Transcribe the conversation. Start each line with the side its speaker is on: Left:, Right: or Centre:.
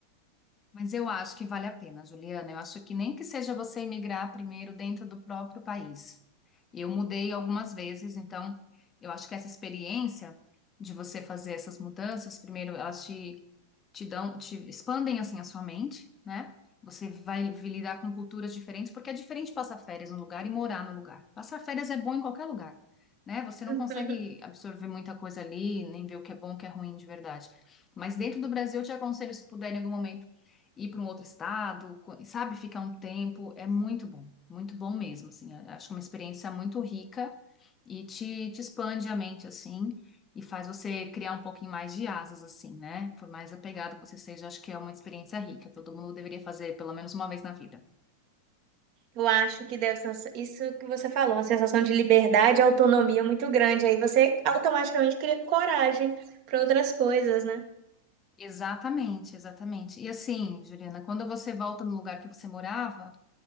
Left: mas eu acho que vale a pena, Juliana. Eu acho que nem que seja você emigrar primeiro dentro do próprio país. Eu mudei algumas vezes, então eu acho que essa experiência de você fazer essas mudanças, primeiro elas te, te dão, te expandem assim a sua mente, né? Você vai vi- lidar com culturas diferentes, porque é diferente passar férias num lugar e morar no lugar. Passar férias é bom em qualquer lugar, né? Você não
Right: <laughs>
Left: consegue absorver muita coisa ali, nem ver o que é bom, o que é ruim de verdade. Mas dentro do Brasil, eu te aconselho, se puder, em algum momento ir para um outro estado, co- sabe, ficar um tempo, é muito bom, muito bom mesmo, assim, eu acho uma experiência muito rica e te, te expande a mente, assim, e faz você criar um pouquinho mais de asas, assim, né? Por mais apegado que você seja, acho que é uma experiência rica, todo mundo deveria fazer pelo menos uma vez na vida.
Right: Eu acho que deve ser isso que você falou, uma sensação de liberdade e autonomia muito grande. Aí você automaticamente cria coragem para outras coisas, né?
Left: Exatamente, exatamente. E assim, Juliana, quando você volta no lugar que você morava,